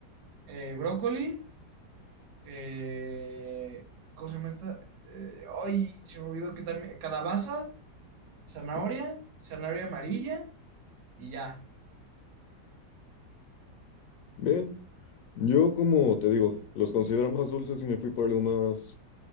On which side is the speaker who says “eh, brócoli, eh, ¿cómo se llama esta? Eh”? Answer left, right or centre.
Right